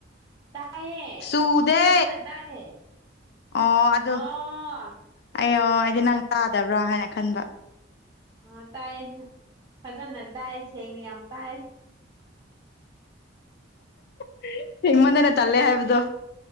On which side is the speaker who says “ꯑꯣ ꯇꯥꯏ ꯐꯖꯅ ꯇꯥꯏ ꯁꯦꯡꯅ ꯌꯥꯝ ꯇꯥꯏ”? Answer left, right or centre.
Right